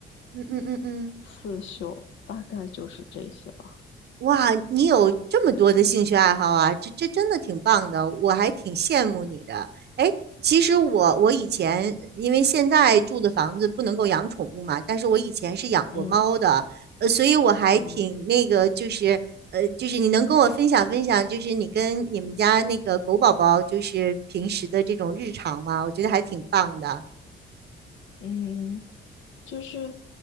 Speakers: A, on the right; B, on the left.
A: 嗯嗯嗯嗯。
B: 刺绣，大概就是这些吧。
A: 哇，你有这么多的兴趣爱好啊，这这真的挺棒的，我还挺羡慕你的。哎，其实我我以前因为现在住的房子不能够养宠物嘛，但是我以前是养过猫的，
B: 嗯，
A: 呃，所以我还挺那个，
B: 啊，
A: 就是呃，就是你能跟我分享分享，就是你跟你们家那个狗宝宝就是平时的这种日常吗？我觉得还挺棒的。
B: 嗯。就是